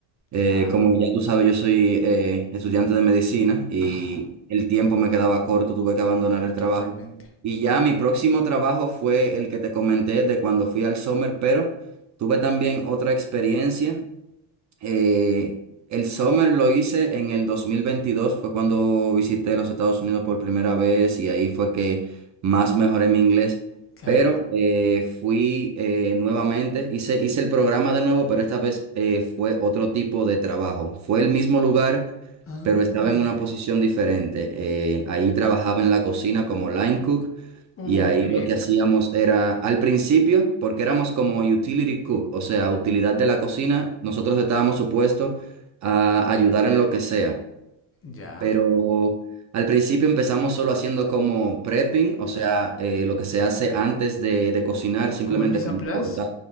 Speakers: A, on the right (about 35°); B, on the left (about 30°).
A: Eh,
B: Claro.
A: como ya tú sabes, yo soy eh, estudiante de medicina y
B: Ajá.
A: el tiempo me quedaba corto, tuve que abandonar
B: Uh,
A: el trabajo.
B: totalmente.
A: Y ya mi próximo trabajo fue el que te comenté de cuando fui al Summer, pero tuve también otra experiencia eh, el Summer lo hice en el 2022 fue cuando visité los Estados Unidos por primera vez y ahí fue que más mejoré mi inglés.
B: Claro.
A: Pero eh, fui eh, nuevamente, hice, hice el programa de nuevo, pero esta vez eh, fue otro tipo de trabajo. Fue el mismo lugar,
B: Ah.
A: pero estaba en una posición diferente. Eh, ahí trabajaba en la cocina como line cook
B: Uy,
A: y ahí
B: qué bien.
A: lo que hacíamos era, al principio, porque éramos como utility cook, o sea, utilidad de la cocina, nosotros estábamos supuestos a ayudar en lo que sea
B: Ya.
A: pero al principio empezamos solo haciendo como prepping, o sea, eh, lo que se hace antes de, de cocinar, simplemente
B: ¿Como el Mise
A: como
B: en Place?
A: cortar,